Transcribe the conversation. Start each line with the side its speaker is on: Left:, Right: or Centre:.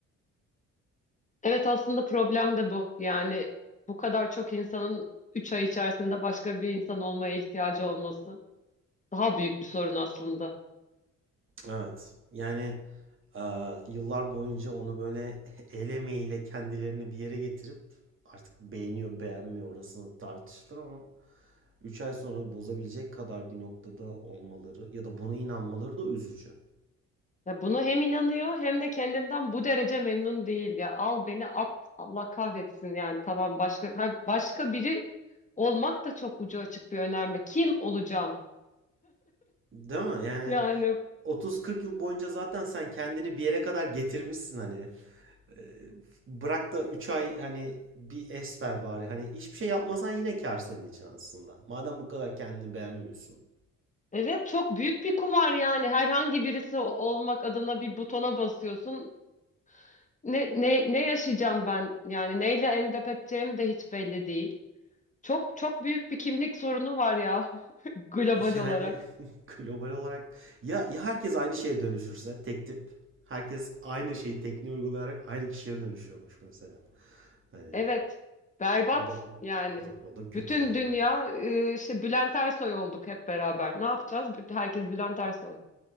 Left: Evet aslında problem de bu yani bu kadar çok insanın 3 ay içerisinde başka bir insan olmaya ihtiyacı olması daha büyük bir sorun aslında.
Right: Evet. Yani, aaa, yıllar boyunca onu böyle <laughs> el emeğiyle kendilerini bir yere getirip artık beğeniyor, beğenmiyor orasını tartışılır ama 3 ay sonra bozabilecek kadar bir noktada olmaları ya da buna inanmaları da üzücü.
Left: Ya buna hem inanıyor hem de kendinden bu derece memnun değil ya. Al beni at. Allah kahretsin yani. Tamam başka ha, başka biri olmak da çok ucu açık bir önerme. Kim olacağım?
Right: Değil mi? Yani
Left: Yani
Right: 30-40 yıl boyunca zaten sen kendini bir yere kadar getirmişsin hani. Eee, bırak da 3 ay hani bir es ver bari. Hani hiçbir şey yapmasan yine kâr senin için aslında. Madem bu kadar kendini beğenmiyorsun.
Left: evet çok büyük bir kumar yani. Herhangi birisi o- olmak adına bir butona basıyorsun. Ne ne ne yaşayacağım ben? Yani neyle endişe edeceğim de hiç belli değil. Çok çok büyük bir kimlik sorunu var ya <laughs> global
Right: Yani
Left: olarak.
Right: <laughs> global olarak ya, ya herkes aynı şeye dönüşürse tek tip herkes aynı şeyi tekniği uygulayarak aynı kişiye dönüşüyormuş mesela. Hani
Left: Evet, berbat
Right: o da
Left: yani.
Right: o da o da kötü
Left: Bütün
Right: yani.
Left: dünya e, işte Bülent Ersoy olduk hep beraber. Ne yapacağız? Bütün- Herkes Bülent Ersoy.